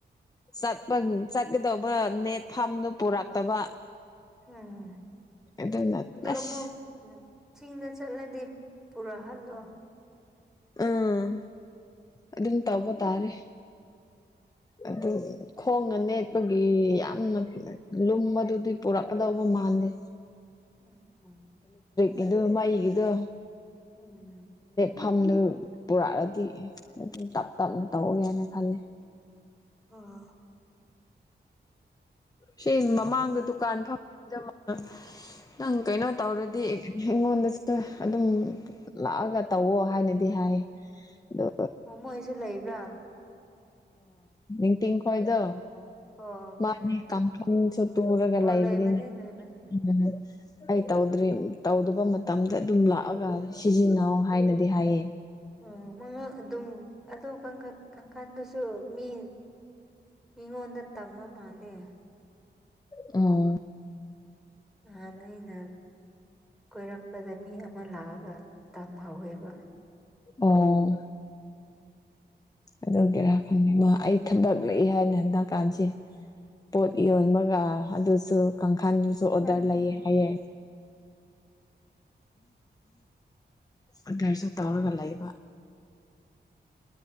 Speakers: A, on the left (about 20°); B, in the centre.
A: ꯆꯠꯄ ꯆꯠꯀꯗꯧꯕ ꯅꯦꯠ ꯐꯥꯝꯗꯨ ꯄꯨꯔꯛꯇꯕ
B: ꯎꯝ
A: ꯑꯗꯨꯅ
B: ꯑꯗꯣ
A: ꯑꯁ
B: ꯑꯃꯨꯛ ꯆꯤꯡꯗ ꯆꯠꯂꯗꯤ ꯄꯨꯔꯥ ꯍꯜꯂꯣ
A: ꯑꯥ ꯑꯗꯨꯝ ꯇꯧꯕ ꯇꯥꯔꯦ ꯑꯗꯨ ꯈꯣꯡꯅ ꯅꯦꯠꯄꯒꯤ ꯌꯥꯝꯅ ꯂꯨꯝꯕꯗꯨꯗꯤ ꯄꯨꯔꯛꯀꯗꯧꯕ ꯃꯥ ꯃꯥꯥꯟꯗꯦ
B: ꯎꯝ ꯎꯝ
A: ꯒꯤꯗꯨ ꯃꯩꯒꯤꯗꯣ
B: ꯎꯝ
A: ꯐꯝꯗꯨ ꯄꯨꯔꯛꯑꯗꯤ ꯑꯗꯨꯝ ꯇꯞ ꯇꯞꯅ ꯇꯧꯒꯦꯅ ꯈꯜꯂꯦ
B: ꯑꯥ
A: ꯁꯤ ꯃꯃꯥꯡꯗ ꯗꯨꯀꯥꯟ <unintelligible> ꯅꯪ ꯀꯩꯅꯣ ꯇꯧꯔꯗꯤ ꯃꯤꯉꯣꯟꯗ ꯑꯗꯨꯝ ꯂꯥꯛꯑꯒ ꯇꯧꯋꯣ ꯍꯥꯏꯅꯗꯤ ꯍꯥꯏ ꯑꯗꯨ
B: ꯑꯣ ꯃꯣꯏꯁꯨ ꯂꯩꯕ꯭ꯔꯥ
A: <unintelligible> ꯇꯤꯡ ꯈꯣꯏꯗꯣ
B: ꯑꯣ ꯑꯣ ꯑꯣ ꯈꯪꯉꯦ
A: ꯃꯥꯅꯤ ꯀꯥꯡꯈꯨꯁꯨ ꯇꯨꯔꯒ
B: ꯑꯣ
A: ꯂꯩꯕꯅꯤꯅ
B: ꯂꯩꯕꯅꯦ ꯂꯩꯕꯅꯦ
A: ꯎꯝ ꯑꯩ ꯇꯧꯗ꯭ꯔꯤ ꯇꯧꯗꯕ ꯃꯇꯝꯗ ꯑꯗꯨꯝ ꯂꯥꯛꯑꯒ ꯁꯤꯖꯤꯟꯅꯧ ꯍꯥꯏꯅꯗꯤ ꯍꯥꯏꯌꯦ
B: ꯑꯣ ꯃꯥ ꯑꯗꯨꯝ ꯑꯗꯣ ꯀꯥꯡꯈꯟ ꯀꯥꯡ ꯈꯟꯗꯁꯨ ꯃꯤ ꯃꯤꯉꯣꯟꯗ ꯇꯝꯃ ꯃꯥꯜꯂꯦ
A: ꯎꯝ
B: ꯅꯍꯥꯟ ꯑꯩꯅ ꯀꯣꯏꯔꯛꯄꯗ ꯃꯤ ꯑꯃ ꯂꯥꯛꯑꯒ ꯇꯥꯟꯍꯧꯋꯦꯕ
A: ꯑꯣ ꯑꯗꯨꯒꯤꯔꯥ ꯈꯪꯗꯦ ꯃꯥ ꯑꯩ ꯊꯕꯛ ꯂꯩ ꯍꯥꯏꯅ ꯍꯟꯗꯛ ꯀꯥꯟꯁꯦ ꯄꯣꯠ ꯌꯣꯟꯕꯒ ꯑꯗꯨꯁꯨ ꯈꯥꯟꯗꯨꯁꯨ ꯑꯣꯗ꯭ꯔ
B: ꯎꯝ
A: ꯂꯩꯌꯦ ꯍꯥꯏꯌꯦ ꯑꯣꯗ꯭ꯔꯁꯨ ꯇꯧꯔꯒ ꯂꯩꯕ